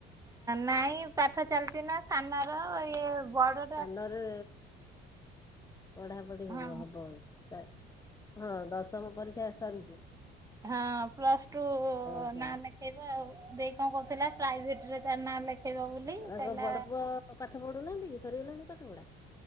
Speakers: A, on the right (about 15°); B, on the left (about 15°).
A: ନାଇଁ ପାଠ ଚାଲିଚ ନା ସାନର ଇଏ ବଡ
B: ସାନରେ ପଢାପଢି
A: ହଁ
B: ହବ ହଁ ଦଶମ ପରୀକ୍ଷା ସରିଛି।
A: ହଁ ପ୍ଲସ୍ ଟୁ
B: ଓହୋ
A: ନାନେ ହେବ ଆଉ ଦେଇ କଣ କରଥିଲା ପ୍ରାଇଭେଟ୍ ରେ ତାର ନାଁ ଲେଖେଇବ ବୋଲି।
B: ତାଙ୍କ
A: କହିଲା
B: ବଡ ପୁଅ ପାଠ ପଢୁନାହାନ୍ତି। କି ସରିଗଲାଣି ପାଠ ପଢା?